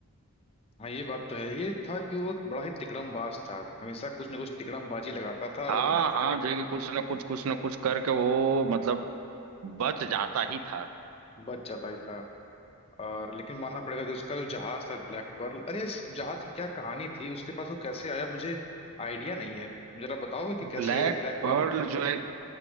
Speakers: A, on the left; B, on the right.
A: हाँ ये बात तो है ये था कि वो बड़ा ही तिकड़मबाज था हमेशा कुछ ना कुछ तिकड़मबाजी लगाता था
B: हाँ
A: और
B: हाँ जो है कि कुछ ना कुछ कुछ ना कुछ करके वो मतलब बच जाता ही था
A: बच जाता ही था और लेकिन मानना पड़ेगा कि उसका जो जहाज था ब्लैक पर्ल अरे इस जहाज की क्या कहानी थी उसके पास वो कैसे आया मुझे आइडिया नहीं है जरा बताओगे कि कैसे
B: ब्लैक
A: ब्लैक
B: पर्ल
A: पर्ल
B: जो है